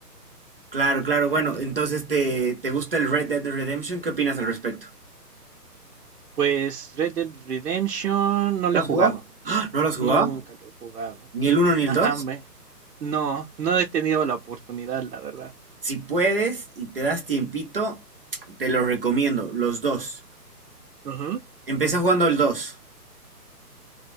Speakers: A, on the right; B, on the right.
A: claro, claro. Bueno, entonces, ¿te, te gusta el Red Dead Redemption? ¿Qué opinas al respecto?
B: Pues, Red Dead Redemption no lo
A: ¿Lo
B: he
A: has
B: jugado.
A: jugado? ¡Ah! ¿No lo has jugado?
B: Nunca lo he jugado.
A: ¿Ni el uno ni
B: Ajá,
A: el 2.
B: me... No, no he tenido la oportunidad, la verdad.
A: Si puedes y te das tiempito, te los recomiendo, los dos.
B: Ajá.
A: Empieza jugando el 2.